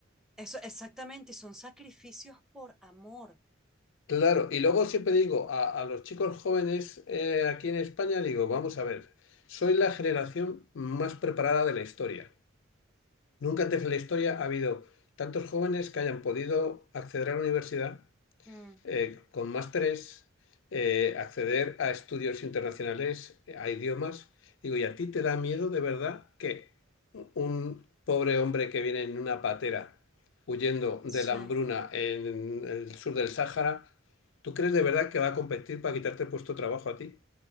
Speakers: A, in the centre; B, on the left.
A: eso exactamente, y son sacrificios por amor.
B: Claro, y luego siempre digo a, a los chicos jóvenes eh, aquí en España, digo, vamos a ver, soy la generación más preparada de la historia. Nunca antes en la historia ha habido tantos jóvenes que hayan podido acceder a la universidad
A: Mm,
B: eh, con másteres, eh, acceder a estudios internacionales, eh, a idiomas. Digo, ¿y a ti te da miedo de verdad que un pobre hombre que viene en una patera huyendo de
A: sí,
B: la hambruna en el sur del Sáhara, ¿tú crees de verdad que va a competir para quitarte el puesto de trabajo a ti?